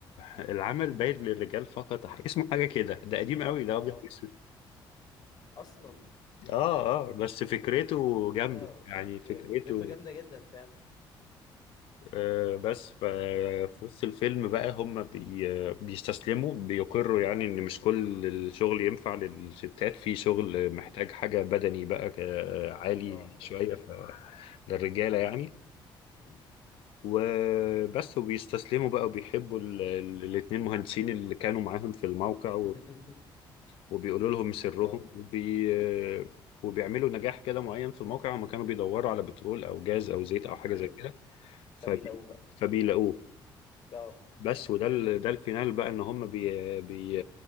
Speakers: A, on the left; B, on the left.
A: العمل باين للرجال فقط اسمه حاجه كده ده قديم قوي ده
B: اه
A: ابيض وأسود.
B: اصلا
A: اه اه بس فكرته جامدة
B: اه
A: يعني فكرته
B: يعني فكرته جامدة جدا فعلا
A: آه بس ف-
B: مم.
A: في وسط الفيلم بقى هم بي بيستسلموا بيقروا يعني ان مش كل الشغل ينفع للستات في شغل محتاج
B: مم.
A: حاجة بدني بقى ك- عالي
B: اه
A: شوية
B: رجالة
A: ف للرجالة
B: مم.
A: يعني
B: مم.
A: وبس وبيستسلموا بقى وبيحبوا ال- ال- الاتنين مهندسين اللي كانوا معاهم في الموقع
B: <laughs>
A: وبيقولوا لهم سرهم
B: اه
A: وبي... وبيعملوا نجاح كده معين في الموقع هم كانوا بيدوروا على بترول او جاز او زيت او حاجه
B: مم.
A: زي كده فبي...
B: فبيلاقوه بقى
A: فبيلاقوه
B: اه
A: بس وده ال... ده الفينال بقى ان هم بي... بي...